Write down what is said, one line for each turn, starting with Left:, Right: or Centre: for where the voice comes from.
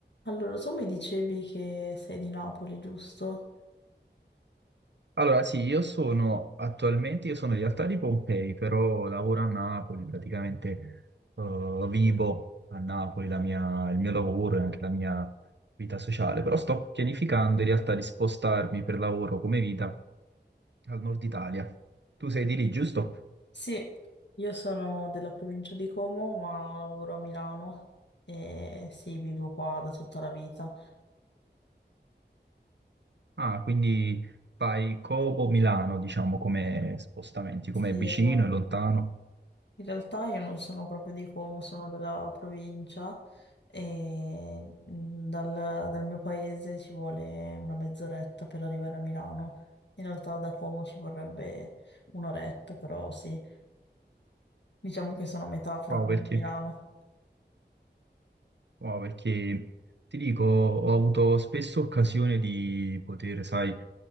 Left: Allora, tu mi dicevi che sei di Napoli, giusto?
Right: Allora, sì, io sono attualmente, io sono in realtà di Pompei, però lavoro a Napoli, praticamente eh, vivo a Napoli, la mia- il mio lavoro e anche la mia vita sociale, però sto pianificando in realtà di spostarmi per lavoro come vita al nord Italia. Tu sei di lì, giusto?
Left: Sì, Io sono della provincia di Como, ma lavoro a Milano e sì, vivo qua da tutta la vita.
Right: Ah, quindi fai Como Milano, diciamo, come spostamenti,
Left: sì,
Right: come vicino
Left: esatto.
Right: e lontano.
Left: In realtà io non sono proprio di Como, sono della provincia e mm, dal, dal mio paese ci vuole una mezz'oretta per arrivare a Milano. In realtà da Como ci vorrebbe un'oretta, però sì, diciamo che sono a metà fra
Right: Wow,
Left: Como
Right: perché?
Left: e Milano.
Right: No, perché ti dico, ho avuto spesso occasione di poter, sai, eh,